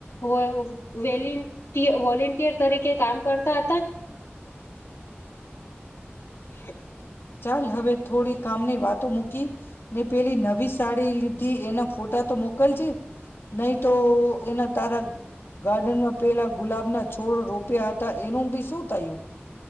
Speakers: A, on the left (about 90°); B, on the left (about 60°).
A: વઅ વેલિન્ટીઅ વોલન્ટિયર તરીકે કામ કરતા હા.
B: ચાલ હવે થોડી કામની વાતો મૂકી ને પેલી નવી સાડી લી ધી એના ફોટા તો મોકલજે. નહી તો એના તારા ગાર્ડનમાં પેલા ગુલાબ ના છોડ રોપ્યા હતા એનું ભી શું થયું?